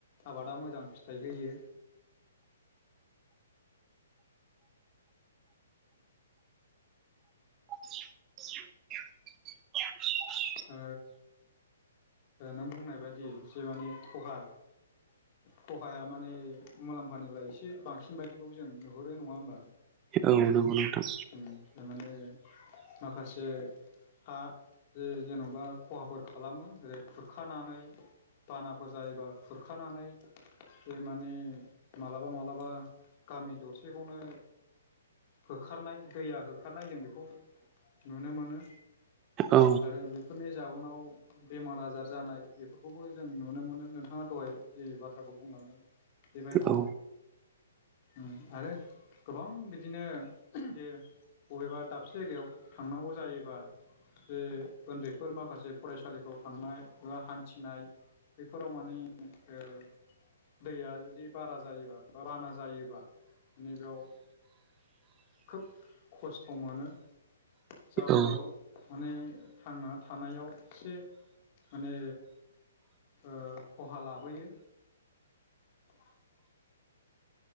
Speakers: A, on the left (about 40°); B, on the right (about 25°).
A: आबादा मोजां फिथाइ होयो।
B: <inaudible>
A: ओ नों बुंनाय बायदि जे माने खहा खहाया माने मुलाम्फानिफ्राय एसे बांसिन बायदिखौ जों नुहुरो नङा होमबा
B: औ नंगौ नंथां।
A: उम थारमाने माखासे हा जे जेन'बा खहाफोर खालामो जै खुरखानानै बानाफोर जायोबा खुरखानानै बे माने मालाबा मालाबा गामि दरसेखौनो होखारनाय दैया होखारनाय जों बेखौ नुनो मोनो
B: औ
A: आरो बे बे फोरनि जाउनाव बेमार आजार जानाय बेफोरखौबो जों नुनो मोनो नोंथाङा दहाय जे बाथ्राखौ बुंलांदों। बेबायदि
B: औ
A: ओम आरो गोबां बिदिनो जे बबेबा दाबसे जायगायाव थांनांगौ जायोबा जे उन्दैफोर माखासे फरायसालिफ्राव थांनाय बा हान्थिनाय बेफोराव माने ओ दैया जुदि बारा जायोबा बा बाना जायोबा नै बेयाव खोब खस्थ' मोनो जाउोनाव
B: औ ओ
A: माने थांना थानायाव एसे माने ओ खहा लाबोयो। बा